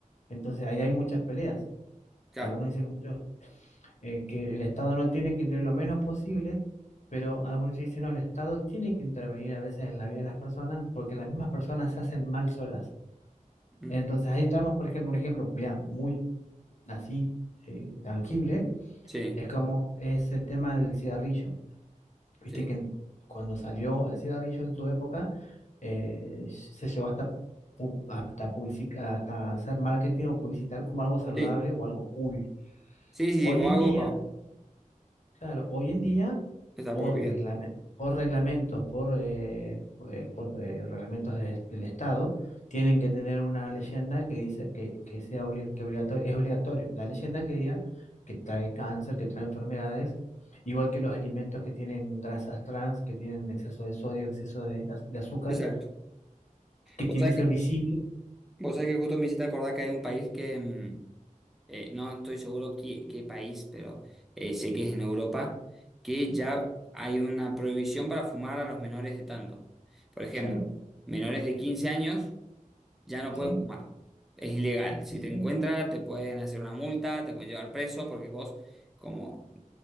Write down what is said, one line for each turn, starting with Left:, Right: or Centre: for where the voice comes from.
Left: Entonces, ahí hay muchas peleas.
Centre: claro.
Left: Algunos dicen que, muchos, eh, que el Estado no tiene que intervenir lo menos posible, pero algunos dicen, no, el Estado tiene que intervenir a veces en la vida de las personas porque las mismas personas se hacen mal solas.
Centre: Mm,
Left: Entonces, ahí entramos, por ejemplo, un ejemplo, mira, muy así eh, tangible,
Centre: Sí,
Left: es como es el tema del cigarrillo. Viste
Centre: sí,
Left: que en- cuando salió el cigarrillo en su época, eh, se llevó hasta, pu- hasta, publici- hasta hacer marketing o publicitar como algo saludable
Centre: sí.
Left: o algo cool.
Centre: Sí, sí,
Left: Hoy
Centre: sí, como
Left: en
Centre: algo
Left: día,
Centre: para...
Left: Claro, hoy en día,
Centre: Está
Left: por
Centre: prohibido.
Left: reglamen- por reglamentos, por, eh, eh, por, eh, reglamentos de- del Estado, tienen que tener una leyenda que dice que, que sea obli- que obligato- es obligatorio. La leyenda que diga que trae cáncer, que trae enfermedades, igual que los alimentos que tienen grasas trans, que tienen exceso de sodio, exceso de, az- de azúcar,
Centre: Exacto.
Left: que tiene
Centre: O sea,
Left: que ser visible.
Centre: Vos sabés que justo me hiciste acordar que hay un país que, mm, eh, no estoy seguro qué, qué país, pero eh, sé que es en Europa, que ya hay una prohibición para fumar a los menores de tanto. Por ejemplo,
Left: Claro,
Centre: menores de 15 años ya no
Left: sí,
Centre: pueden fumar. Es ilegal. Si
Left: sí,
Centre: te
Left: sí,
Centre: encuentran, te pueden hacer una multa, te pueden llevar preso, porque vos, como